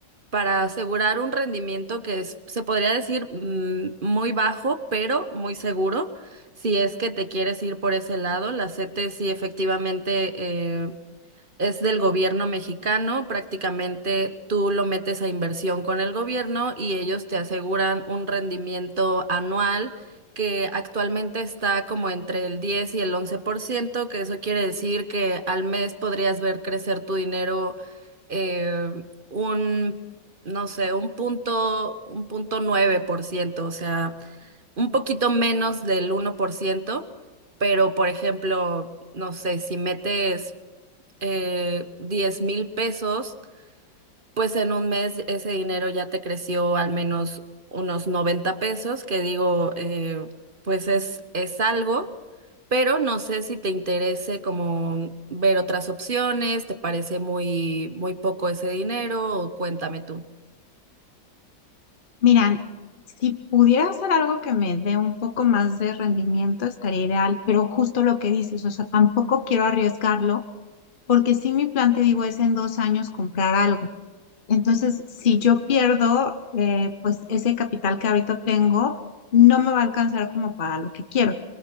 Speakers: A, on the right; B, on the left.
A: para asegurar un rendimiento que es, se podría decir mm, muy bajo, pero muy seguro. Si es que te quieres ir por ese lado, las CETES sí efectivamente eh, Es del gobierno mexicano, prácticamente tú lo metes a inversión con el gobierno y ellos te aseguran un rendimiento anual que actualmente está como entre el 10 y el once por ciento que eso quiere decir que al mes podrías ver crecer tu dinero eh, un, no sé, un punto, un punto nueve por ciento o sea, un poquito menos del uno por ciento pero por ejemplo, no sé, si metes eh, 10 mil pesos, pues en un mes ese dinero ya te creció al menos unos 90 pesos, que digo, eh, pues es, es algo, pero no sé si te interese como ver otras opciones, te parece muy, muy poco ese dinero, o cuéntame tú.
B: Miran, si pudiera hacer algo que me dé un poco más de rendimiento, estaría ideal, pero justo lo que dices, o sea, tampoco quiero arriesgarlo, porque si mi plan, te digo, es en dos años comprar algo. Entonces, si yo pierdo, eh, pues ese capital que ahorita tengo no me va a alcanzar como para lo que quiero.